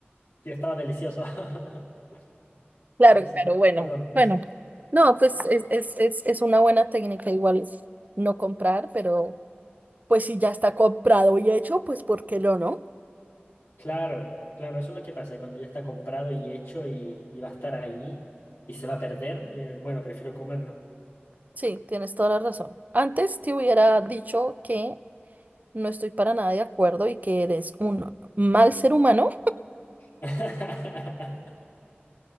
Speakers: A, on the left; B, on the right.
A: y estaba delicioso. <laughs>
B: Claro,
A: Pero sí,
B: claro, bueno,
A: perdón.
B: bueno. No, pues es, es, es, es una buena técnica igual no comprar, pero pues si ya está comprado y hecho, pues ¿por qué lo no?
A: Claro, claro, eso es lo que pasa, cuando ya está comprado y hecho y, y va a estar ahí y se va a perder, eh, bueno, prefiero comerlo.
B: Sí, tienes toda la razón. Antes te hubiera dicho que no estoy para nada de acuerdo y que eres un mal ser humano,
A: <laughs>